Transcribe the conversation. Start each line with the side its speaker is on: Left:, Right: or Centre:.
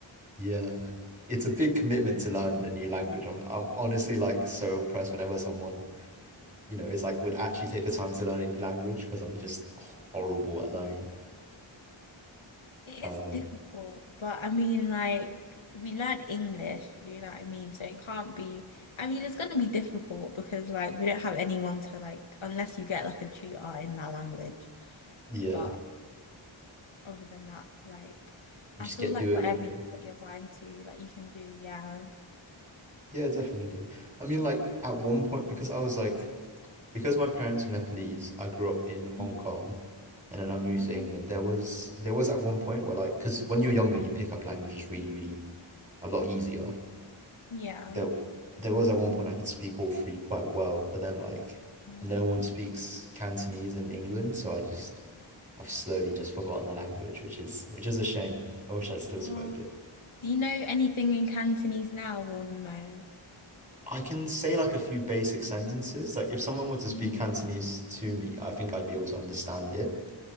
Right: Yeah. It's a big commitment to learn a new language. I'm, I'm honestly like so impressed whenever someone, you know, is like would actually take the time to learn a new language because I'm just horrible at learning.
Left: Yeah. It
Right: Um,
Left: is difficult, but I mean, like, we learn English, do you know what I mean? So it can't be, I mean, it's going to be difficult because, like, we don't have anyone to, like, unless you get, like, a tutor in that language.
Right: yeah.
Left: But other than that, like,
Right: Just
Left: I feel
Right: get
Left: like
Right: Duolingo.
Left: whatever you put your mind to, like, you can do, yeah.
Right: Yeah, definitely. I mean, like at one point, because I was like, because my parents were Nepalese, I grew up in Hong
Left: Mm.
Right: Kong, and then I moved
Left: Um,
Right: to England. There was there was at one point where like, because when you're younger, you pick up languages really, really a lot easier.
Left: yeah.
Right: There there was at one point I could speak all three quite well, but then like
Left: Um,
Right: no one speaks Cantonese in England, so I just I've slowly just forgotten the language, which is which is a shame. I wish I still
Left: oh.
Right: spoke it.
Left: do you know anything in Cantonese now or no?
Right: I can say like a few basic sentences. Like if someone were to speak
Left: Mm.
Right: Cantonese to me, I think I'd be able to understand it,